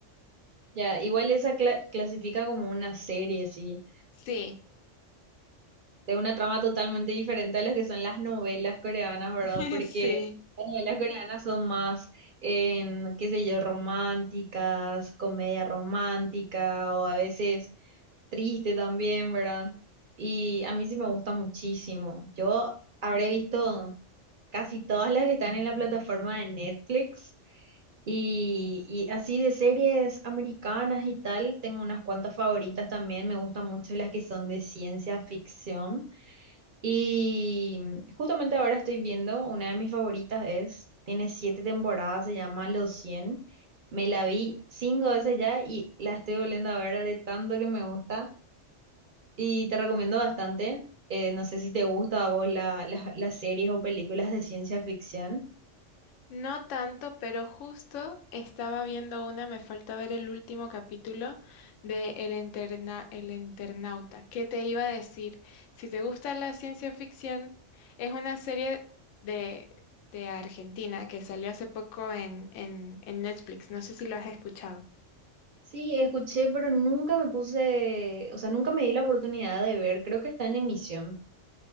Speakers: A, on the right; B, on the left.
A: ya, igual esa cla- clasifica como una serie, sí
B: Sí,
A: de una trama totalmente diferente a lo que son las novelas coreanas, ¿verdad?
B: <laughs>
A: Porque
B: sí.
A: las novelas coreanas son más, en, qué sé yo, románticas, comedia romántica o a veces triste también, ¿verdad? Y a mí sí me gusta muchísimo. Yo habré visto casi todas las que están en la plataforma de Netflix. Y, y así de series americanas y tal, tengo unas cuantas favoritas también, me gustan mucho las que son de ciencia ficción. Y justamente ahora estoy viendo, una de mis favoritas es, tiene siete temporadas, se llama Los cien Me la vi cinco veces ya y la estoy volviendo a ver de tanto que me gusta. Y te recomiendo bastante. Eh, no sé si te gusta a vos la- las las series o películas de ciencia ficción.
B: No tanto, pero justo estaba viendo una, me falta ver el último capítulo de El Interna- El Internauta. ¿Qué te iba a decir? Si te gusta la ciencia ficción, es una serie de, de Argentina que salió hace poco en, en en Netflix. No sé si lo has escuchado.
A: Sí, escuché, pero nunca me puse, o sea, nunca me di la oportunidad de ver. Creo que está en emisión.